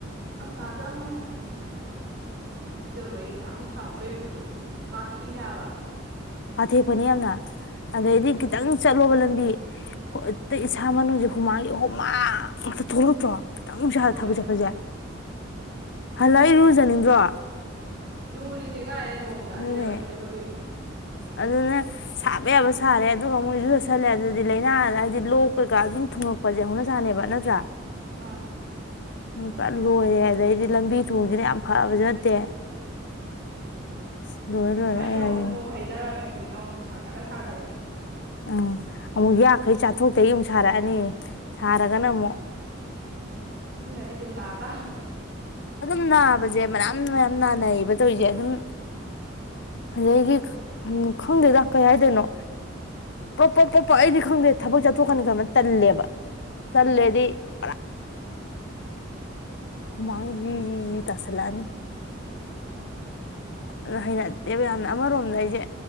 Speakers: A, on the right; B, on the left.
A: ꯑꯁ ꯉꯥꯏꯍꯥꯛꯇꯪ <unintelligible> ꯑꯩ ꯉꯥꯏꯍꯛ ꯅꯨꯡꯁꯥ ꯃꯔꯛ ꯂꯩꯔꯨꯕꯗꯣ ꯀꯊꯤꯛ ꯏꯅꯦ ꯍꯥꯏꯕ
B: ꯍꯥꯊꯦꯛꯄꯅꯦ ꯌꯥꯝꯅ ꯑꯗꯩꯗꯤ ꯈꯤꯇꯡ ꯆꯠꯂꯣꯕ ꯂꯝꯕꯤ ꯍꯣꯠꯇꯥ ꯏꯁꯥ ꯃꯅꯨꯡꯁꯦ ꯍꯨꯃꯥꯏꯒꯤ ꯍꯨꯃꯥ ꯉꯛꯇꯥ ꯊꯣꯛꯂꯛꯇ꯭ꯔꯣ? ꯈꯤꯇꯪ ꯅꯨꯡꯁꯥꯗ
A: ꯊꯣꯛꯂꯛꯑꯦ
B: ꯊꯕꯛ ꯆꯠꯄꯁꯦ ꯍꯜꯂꯥ ꯏꯔꯨꯖꯅꯤꯡꯗ꯭ꯔꯣ?
A: ꯂꯨꯔꯤꯅꯦ ꯀꯥꯏꯗ ꯅꯣꯡꯃꯗ
B: ꯑꯗꯨꯅꯦ
A: ꯑꯅꯤꯔꯛ ꯑꯅꯤꯔꯛꯀ ꯂꯨꯏꯅꯦ
B: ꯑꯗꯨꯅ ꯁꯥꯕ ꯌꯥꯕ ꯁꯥꯔꯦ ꯑꯗꯨꯒ ꯃꯣꯏꯁꯨ ꯆꯠꯁꯜꯂꯦ ꯑꯗꯨꯗꯤ ꯂꯥꯏꯅꯥ ꯍꯥꯏꯗꯤ ꯂꯣꯛ ꯀꯩꯀꯥ ꯑꯗꯨꯝ ꯊꯨꯡꯉꯛꯄꯁꯦ ꯍꯧꯅ ꯁꯥꯅꯦꯕ ꯅꯠꯇ꯭ꯔꯥ
A: ꯃꯥꯅꯦ
B: ꯄꯨꯔ ꯂꯣꯏꯔꯦ ꯑꯗꯩꯗꯤ ꯂꯝꯕꯤ ꯊꯣꯡꯁꯤꯅ ꯌꯥꯝ ꯐꯕꯁꯨ ꯅꯠꯇꯦ <inaudible>
A: ꯉꯁꯥꯏꯅ
B: ꯑꯩ ꯍꯥꯏꯁꯤꯅꯦ
A: ꯑꯃꯨꯛ ꯅꯣꯡ ꯍꯩꯊꯔꯝꯃꯦ ꯍꯧꯖꯤꯛꯅ ꯑꯃꯨꯛ ꯌꯝ ꯀꯟꯅ ꯁꯒꯠꯂꯛ ꯑꯦ
B: ꯎꯝ ꯑꯃꯨꯛ ꯌꯥꯈꯩ ꯆꯥꯊꯣꯛꯇꯩ ꯑꯃꯨꯛ <inaudible>
A: ꯎꯝ
B: ꯁꯔꯒꯅ ꯑꯃꯨꯛ
A: ꯁꯤꯅꯗꯤ ꯑꯗꯨꯝ ꯅꯥ ꯇꯥꯕꯅꯦ
B: ꯑꯗꯨꯝ ꯅꯥꯕꯁꯦ ꯃꯌꯥꯝ ꯃꯌꯥꯝ ꯅꯥꯅꯩꯕ ꯇꯧꯔꯤꯁꯦ ꯑꯗꯨꯝ ꯑꯗꯒꯤ ꯈꯪꯗꯦꯗ ꯀꯩ ꯍꯥꯏꯥꯏꯗꯣꯏꯅꯣ ꯄꯞ ꯄꯣꯛꯞ ꯄꯣꯛ ꯄꯣꯛ ꯑꯩꯗꯤ ꯈꯪꯗꯦ ꯊꯕꯛ ꯆꯠꯊꯣꯛꯀꯅꯤ ꯈꯟꯕ ꯇꯜꯂꯦꯕ ꯇꯜꯂꯦꯗꯤ ꯄꯨꯔꯥ ꯍꯨꯃꯥꯡ ꯖꯤ ꯖꯤ ꯇꯁꯜꯂꯛ ꯑꯅꯤ ꯑꯗꯨ ꯍꯩꯅꯠꯇꯦꯕ ꯌꯥꯝꯅ ꯑꯃꯔꯣꯝꯗ ꯑꯩꯁꯦ